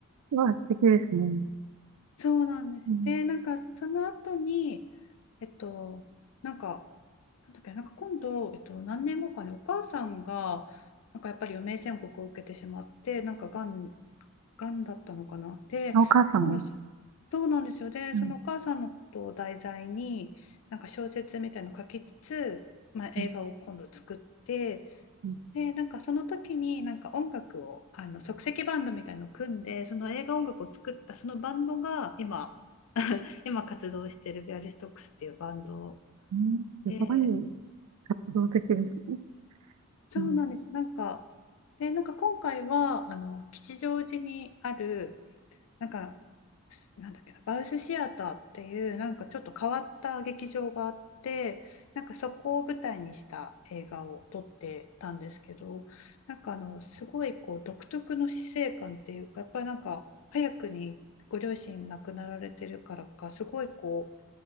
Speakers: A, on the right (about 90°); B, on the left (about 65°).
A: わあ、素敵ですね。
B: そうなんですよ。
A: うん、
B: で、なんかその後に、えっと、なんかなんだっけ、なんか今度、えっと、何年後かね、お母さんが、なんかやっぱり余命宣告を受けてしまって、なんかがん、がんだったのかな。で、
A: お母さんも。
B: 今度、そうなんですよ。で、
A: うん、
B: そのお母さんのことを題材に、なんか小説みたいのを書きつつ、まあ、映画を今度作って、
A: うん、うん、
B: で、なんかその時になんか音楽を、あの即席バンドみたいのを組んで、その映画音楽を作ったそのバンドが今、今活動しているビアリストックスっていうバンド
A: うんすごい
B: で、
A: 活動的ですね。
B: そうなんです。
A: うん、
B: なんか、で、なんか今回は、あの、吉祥寺にある、なんか、なんだっけな、バウスシアターっていう、なんかちょっと変わった劇場があって、なんかそこを舞台にした映画を撮ってたんですけど、なんかあの、すごいこう、独特の死生観っていうか、やっぱりなんか、早くにご両親亡くなられてるからか、すごいこう、